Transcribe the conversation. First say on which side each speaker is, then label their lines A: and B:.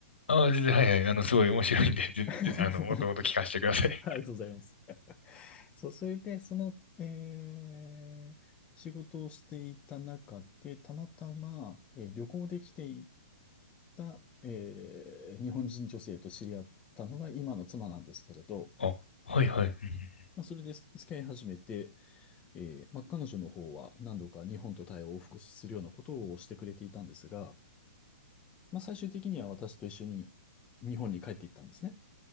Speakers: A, on the left; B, on the left.
A: ああ、全然、はいはい。あの、
B: はい。
A: すごい面白いんで、全然、
B: <laughs>
A: あの、もともと聞かせてください。
B: ありがとうございます。そう、それで、その、えー仕事をしていた中で、たまたま、えー旅行で来ていた、えー日本人女性と知り合ったのが今の妻なんですけれど、
A: <laughs> あ、はいはい。うん
B: まあ、それで付き合い始めて、えーまあ、彼女の方は何度か日本とタイを往復するようなことをしてくれていたんですが、まあ、最終的には私と一緒に日本に帰っていったんですね。